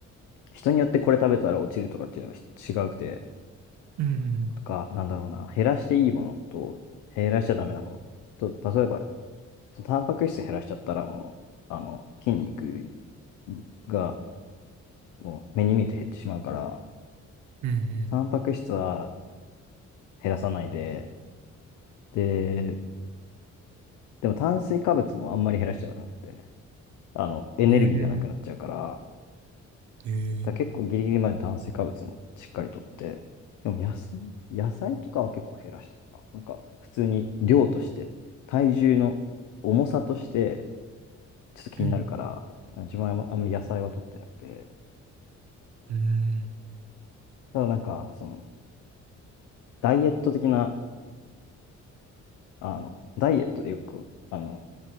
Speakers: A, on the left; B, on the right.
A: 人によってこれ食べたら落ちるとかっていうのが違うくて、
B: うん。
A: とか、なんだろうな、減らしていいものと、減らしちゃダメなもの。と、例えば、そのタンパク質減らしちゃったらもう、あの、筋肉がもう目に見えて減ってしまうから、
B: うん。
A: タンパク質は減らさないで、で、でも炭水化物もあんまり減らしちゃダメなんだよね。あの、エネルギーがなくなっちゃうから、
B: うん。うんえー
A: だから結構ギリギリまで炭水化物もしっかりとって、でも野菜、野菜とかは結構減らしたかな。なんか普通に量として、体重の重さとしてちょっと気になるから、
B: うん
A: 自分はあんまあんまり野菜は取ってなくて、
B: うん。
A: ただなんかそのダイエット的な、あの、ダイエットでよく、あの、